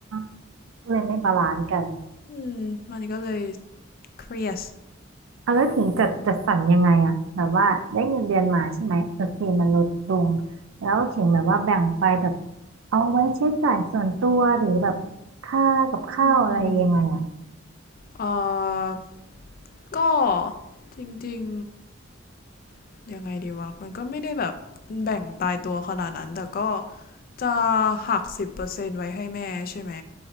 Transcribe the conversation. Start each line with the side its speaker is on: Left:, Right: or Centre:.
Right: าก็เลยไม่บาลานซ์กัน
Left: อืมมันก็เลยเครียด
Right: อ่ะแล้วถึงจัดจัดสรรยังไงอะแบบว่าได้เงินเดือนมาใช่ไหมโอเคมันลดลงแล้วถึงแบบว่าแบ่งไปแบบเอาไว้ใช้จ่ายส่วนตัวหรือแบบค่ากับข้าวอะไรยังไงอะ
Left: อืมเอ่อก็จริงๆยังไงดีวะมันก็ไม่ได้แบบแบ่งตายตัวขนาดนั้นแต่ก็จะหัก10%ไว้ให้แม่ใช่ไหม